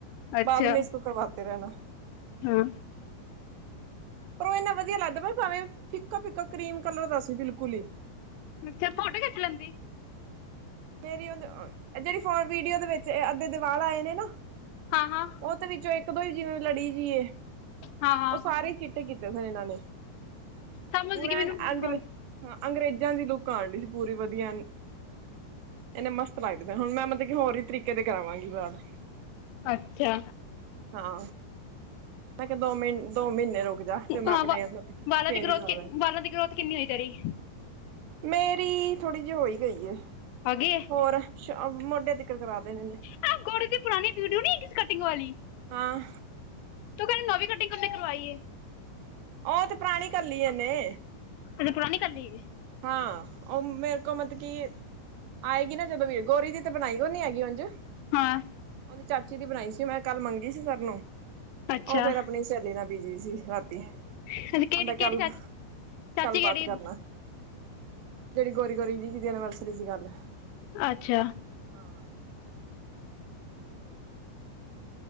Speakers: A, on the left; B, on the right.
A: ਅੱਛਾ
B: ਬਾਅਦ ਮੇ ਇਸ ਕੋ ਕਰਵਾਤੇ ਰਹਿਣਾ।
A: ਹਾਂ।
B: ਪਰ ਉਹ ਇੰਨਾ ਵਧੀਆ ਲੱਗਦਾ। ਭਾਵੇਂ ਫਿੱਕਾ ਫਿੱਕਾ ਕਰੀਮ ਕਲਰ ਦਾ ਸੀ। ਬਿਲਕੁਲ ਹੀ।
A: ਮਿਕਰ ਫੋਟੋ ਖਿੱਚ ਲੈਂਦੀ।
B: ਮੇਰੀ ਉਹਦੇ। ਜਿਹੜੀ ਫੋ ਵੀਡੀਓ ਦੇ ਵਿੱਚ ਅੱਧੇ - ਅੱਧੇ ਵਾਲ ਆਏ ਨੇ ਨਾ
A: ਹਾਂ -ਹਾਂ।
B: ਉਹਤ ਵਿੱਚੋਂ ਇੱਕ- ਦੋ ਹੀ ਜੀਵੇਂ ਲੜੀ ਜੀਏ।
A: ਹਾਂ ਹਾਂ
B: ਉਹ ਸਾਰੇ ਚਿੱਟੇ ਕੀਤੇ ਹੋਏ ਇਹਨਾਂ ਨੇ।
A: ਸਮਝ
B: ਪੂਰਾ
A: ਗਈ ਮੈਨੂੰ
B: ਐਨ। ਅੰਗਰੇਜ਼ੀ
A: ਹਾਂ
B: ਹੀ ਅੰਗਰੇਜ਼ਾਂ ਦੀ ਲੂਕ ਆਉਣ ਡਦੀ ਸੀ। ਪੂਰੀ ਵਧੀਆ ਇੰਨੇ ਮਸਤ ਲੱਗਦੇ ਪਏ। ਹੁਣ ਮੈਂ ਮਤਲਬ ਕਿ ਹੋਰ ਹੀ ਤਰੀਕੇ ਦੇ ਕਰਾਵਾਂਗੀ ਵਾਲ।
A: ਅੱਛਾ।
B: ਹਾਂ ਮੈਂ ਕਿਹਾ ਦੋ ਮਹੀਨੇ -ਦੋ ਮਹੀਨੇ ਰੁਕ ਜਾ ਫੇਰ ਮੈਂ
A: ਹਾਂ
B: ਆਪਣੇ
A: ਵਾ
B: ਮਤਲਬ ਕਿ
A: ਵਾਲਾਂ
B: ਚੇਂਜ
A: ਦੀ ਗਰੋਥ
B: ਕਰ ਦਾਂ ਡੀ।
A: ਵਾਲਾਂ ਦੀ ਗਰੋਥ ਕਿੰਨੀ ਹੋਈ ਤੇਰੀ।
B: ਮੇਰੀ ਥੋੜੀ ਜਿਹੀ ਹੋ ਹੀ ਗਈ ਏ।
A: ਹੈਗੀ ਏ
B: ਹੋਰ ਮੋਢੇ ਤਿਕਰ ਕਰਾ ਦੇਣੇਨੇ।
A: ਆਹ ਗੋਰੀ ਦੀ ਪੁਰਾਣੀ ਵੀਡੀਓ ਨੀ ਹੈਗੀ ਸੀ ਕਟਿੰਗ ਵਾਲੀ
B: ਹਾਂ
A: ਤੂੰ ਕਹਿੰਦਾ। ਨਵੀਂ ਕਟਿੰਗ ਕਿੰਨੇ ਕਰਵਾਈ ਏ।
B: ਉਹ ਤੇ ਪੁਰਾਣੀ ਕਰ ਲਈ ਇਹਨੇ।
A: ਤੇ ਪੁਰਾਣੀ ਕਰ ਲਈ ਹੈਗੀ ਏ।
B: ਹਾਂ। ਉਹ ਮੇਰੇ ਕੋਲ ਮਤਲਬ ਕੀ ਆਏਗੀ ਨਾ ਜਦੋਂ ਵੀ ਗੋਰੀ ਦੀ। ਤੇ ਬਣਾਈ ਕੋਈ ਨੀ ਹੈਗੀ। ਉੰਝ
A: ਹਾਂ।
B: ਉਹਦੀ ਚਾਚੀ ਦੀ ਬਣਾਈ ਸੀ। ਮੈਂ ਕੱਲ ਮੰਗੀ ਸੀ ਸਰ ਨੂੰ।
A: ਅੱਛਾ
B: ਉਹ ਫੇਰ ਆਪਣੀ ਸਹੇਲੀ ਨਾ ਬਿਜੀ ਸੀ। ਰਾਤੀ ਕਹਿਦਾ
A: ਅੱਛਾ ਕਿਹੜੀ ਕਿਹੜੀ
B: ਕੱਲ
A: ਚਾਚੀ
B: -ਕੱਲ
A: ਚਾਚੀ
B: ਬਾਤ
A: ਕਿਹੜੀ
B: ਕਰਨਾ। ਜਿਹੜੀ ਗੋਰੀ -ਗੋਰੀ ਜੀ ਸੀ। ਜਿਦੀ ਐਨਵਰਸਰੀ ਸੀ ਕੱਲ।
A: ਅੱਛਾ
B: ਹਾਂ ਅਦਰਕ <unintelligible>